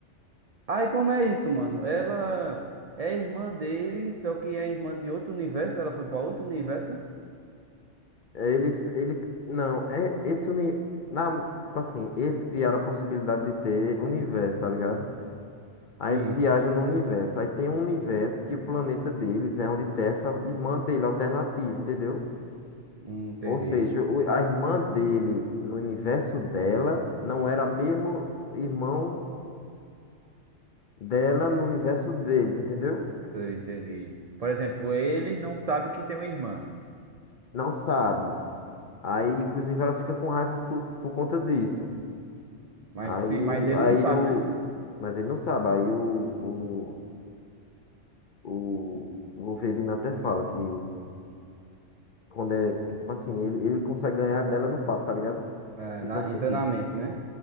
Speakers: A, on the right (about 75°); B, on the left (about 55°).
A: Aí como é isso, mano? Ela é irmã dele, só que é irmã de outro universo. Ela foi pra outro universo?
B: Eles, eles, não, é esse uni, na, tipo assim, eles criaram a possibilidade de ter universo, tá ligado?
A: Sim,
B: Aí eles viajam no universo. Aí tem um universo que o planeta deles é onde tem essa irmã dele alternativa, entendeu?
A: Hum, entendi.
B: Ou seja, o- a irmã dele no universo dela não era a mesma irmão dela no universo deles, entendeu?
A: Sei, entendi. Por exemplo, ele não sabe que tem uma irmã.
B: Não sabe. Aí, inclusive, ela fica com raiva por, por conta disso.
A: Mas,
B: Aí
A: se, mas
B: o,
A: ele
B: aí
A: não sabe,
B: o,
A: né?
B: mas ele não sabe. Aí o, o, o o Wolverine até fala que quando é, que tipo assim, ele, ele consegue ganhar dela no papo, tá ligado?
A: É,
B: Disse
A: na,
B: assim
A: entra
B: que,
A: na mente, né?